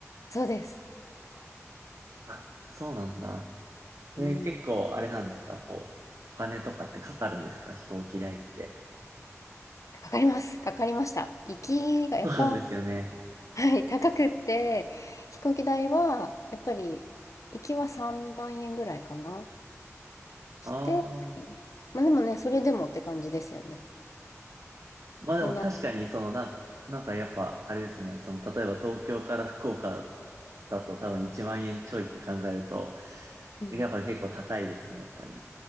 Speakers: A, on the left; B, on the right.
A: そうです。
B: あ、そうなんだ。
A: うん、
B: えー結構あれなんですかこう、お金とかってかかるんですか飛行機代って。
A: かかります。かかりました。行きがやっぱ、
B: <laughs> そうなんですよね。
A: はい、高くって、飛行機代は、やっぱり、行きは3万円ぐらいかな。
B: ああ。
A: して、まあでもね、それでもって感じですよね。
B: まあでも確かに、
A: そんな、
B: そのなんか、なんかやっぱ、あれですね。その、例えば東京から福岡だと多分1万円ちょいって考えると、
A: うん
B: やっぱ結構高いですね、やっぱり。